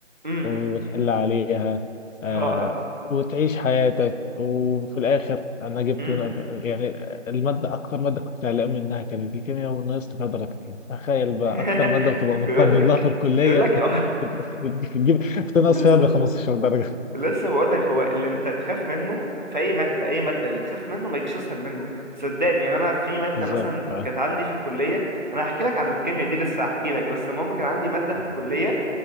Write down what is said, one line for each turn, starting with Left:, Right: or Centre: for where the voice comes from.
Right: امم
Left: وتحل عليها آه
Right: ها- ها.
Left: وتعيش حياتك وفي الآخر أنا جبت
Right: امم
Left: يعني المادة أكتر مادة كنت قلقان منها كانت الكيمياء ونقصت فيها درجتين تخيل بقى
Right: <laughs>
Left: أكتر مادة بتبقى مطمن
Right: بيقول لك
Left: لها في الكلية
Right: بيقول لك
Left: <laughs> بت- بتجيب بتنقص
Right: <laughs> لسه
Left: فيها ب 15 درجة
Right: لسه بقول لك هو اللي انت تخاف منه في اي ماده اي ماده اللي تخاف منه ما يجيش اسهل منه صدقني يعني انا في ماده
Left: بالظبط
Right: مثلا
Left: آه.
Right: كانت عندي في الكليه انا هحكي لك عن الكيمياء دي لسه هحكي لك بس المهم كان عندي ماده في الكليه